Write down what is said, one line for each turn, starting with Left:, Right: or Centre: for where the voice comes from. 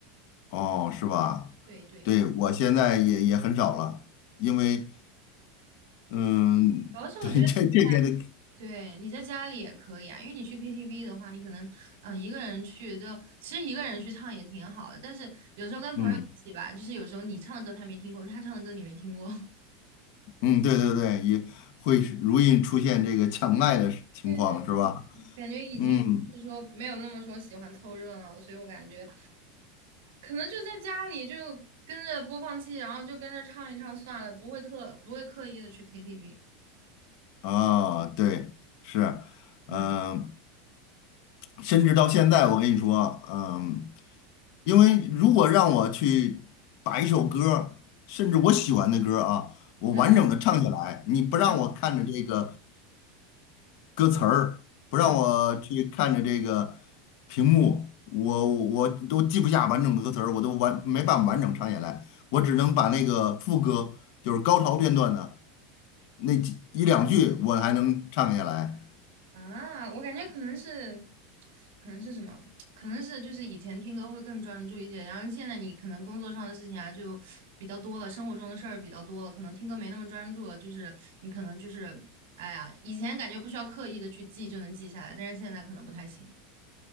Left: 哦，是吧？
Right: 对对，
Left: 对，我现在也也很少了，因为嗯，
Right: 主要是我觉得你在
Left: <laughs> 对这这边的，
Right: 对你在家里也可以啊，因为你去 KTV 的话，你可能嗯一个人去就其实一个人去唱也挺好的，但是有时候跟朋友一起吧，
Left: 嗯
Right: 就是有时候你唱的歌他没听过，他唱的歌你没听过，<laughs>
Left: 嗯，对对对，也会容易出现这个抢麦的情况，
Right: 对对，
Left: 是吧？
Right: 感觉已经就是说没有那么说喜欢凑热闹了，
Left: 嗯
Right: 所以我感觉可能就在家里就跟着播放器，然后就跟着唱一唱算了，不会特不会刻意的去 KTV。
Left: 啊，对，是，嗯、
Right: 嗯
Left: 甚至到现在，我跟你说，嗯，因为如果让我去把一首歌儿甚至我喜欢的歌儿啊，我完整的唱下来，
Right: 嗯
Left: 你不让我看着这个
Right: 嗯
Left: 歌词儿，不让我去看着这个
Right: 嗯。
Left: 屏幕，我我都记不下完整的歌词儿，我都完没办法完整唱下来，我只能把那个副歌，就是高潮片段的那几一两句，我还能唱下来。
Right: 啊，我感觉可能是，可能是什么？可能是就是以前听歌会更专注一些，然后现在你可能工作上的事情啊就比较多了，生活中的事儿比较多了，可能听歌没那么专注了。就是你可能就是，哎呀，以前感觉不需要刻意的去记就能记下来，但是现在可能不太行。